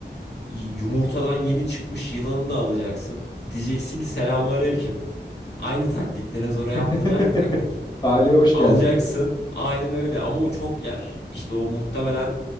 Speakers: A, on the left; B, on the left.
A: yumurtadan yeni çıkmış yılanı da alacaksın. Diyeceksin ki selamünaleyküm. Aynı taktik. Dinozora
B: <laughs>
A: yaptığın aynı taktik.
B: Aileye hoş
A: Alacaksın.
B: geldin.
A: Aynen öyle. Ama o çok yer. İşte o muhtemelen